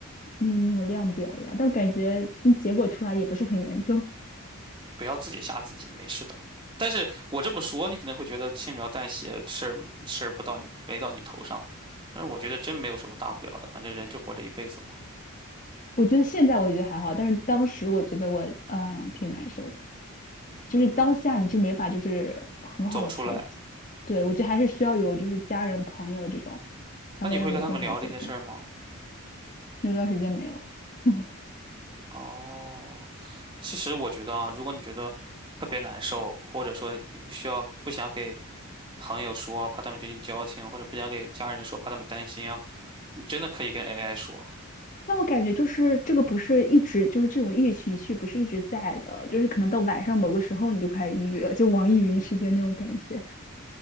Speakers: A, on the left; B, on the right.
A: 嗯，那种量表呀，但我感觉那结果出来也不是很严重。
B: 不要自己吓自己，没事的。但是我这么说，你可能会觉得轻描淡写，事儿事儿不到你没到你头上，但是我觉得真没有什么大不了的，反正人就活这一辈子嘛。
A: 我觉得现在我觉得还好，但是当时我觉得我嗯、呃挺难受的，就是当下你就没法就是很好的陪自己。
B: 嗯，走出来，
A: 对，我觉得还是需要有就是家人朋友这种，才会让你更好走出来。
B: 那你会跟他们聊这些事儿吗？
A: 那段时间没有，<laughs>
B: 哦，其实我觉得啊，如果你觉得特别难受，或者说你不需要不想给朋友说，怕他们觉得交情，或者不想给家人说，怕他们担心啊，你真的可以跟 AI 说。
A: 那我感觉就是这个不是一直就是这种抑郁情绪不是一直在的，就是可能到晚上某个时候你就开始抑郁了，就网易云时间那种感觉。